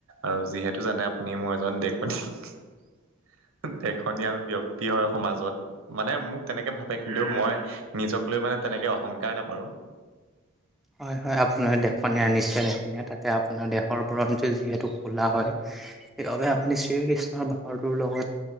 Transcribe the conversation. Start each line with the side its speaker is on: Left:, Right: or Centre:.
Right: আৰু যিহেতু জানে আপুনি মই এজন <unintelligible> দেশনীয়াল ব্যক্তি হয় সমাজত। মানে মোক তেনেকে ভাতে কিন্তু মই, নিজক লৈ মানে তেনেকে অহংকাৰ নকৰোঁ। <unintelligible>
Centre: হয়, হয় আপোনাৰ দেখনীয়া নিশ্চয় দেখনিয়া তাতে আপোনাৰ দেহৰ বৰণটো যিহেতু কোলা হয়। সেইবাবে আপুনি শ্ৰীকৃষ্ণৰ ভাওটোৰ লগত,